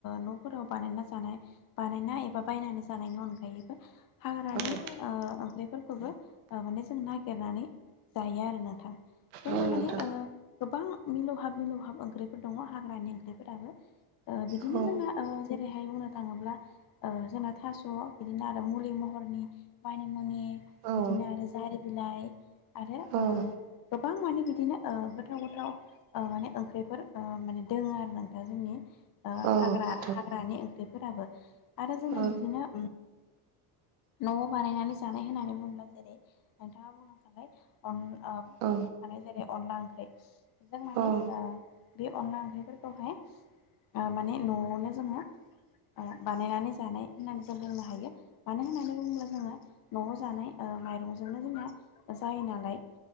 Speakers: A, on the left; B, on the right.
A: न'फोराव बानायना जानाय बानायना एबा बायनानै जानायनि अनगायैबो हाग्रानि
B: औ
A: ओंख्रिफोरखौबो माने जों नागिरनानै जायो आरो नोंथां जोंना
B: औ नोंथां
A: माने गोबां मिलौहाब मिलौहाब ओंख्रिफोर दङ हाग्रानि ओंख्रिफोराबो बिदिनो
B: औ
A: जोंना जेरैहाय बुंनो थाङोब्ला जोंना' बिदिनो आरो मुलि महरनि मानि मुनि
B: औ
A: बिदिनो आरो जारि बिलाइ आरो
B: औ
A: गोबां माने बिदिनो गोथाव गोथाव माने ओंख्रिफोर माने दोङो आरो नों दा जोंनि
B: औ
A: हाग्रा
B: नोंथां
A: हाग्रानि ओंख्रिफोराबो आरो जोंना
B: औ
A: बिदिनो न'आव बानायनानै जानाय होननानै बुङोब्ला जेरै नोंथाङा बुंलांखाबाय अन बुंलांखानाय
B: औ
A: जेरै अनला ओंख्रि जों माने
B: औ
A: बे अनला ओंख्रिफोरखौहाय माने न'आवनो जोङो बानायनानै जानाय होननानै जों बुंनो हायो। मानो होननानै बुङोब्ला जोङो न'आव जानाय माइरंजोंनो जोंना जायो नालाय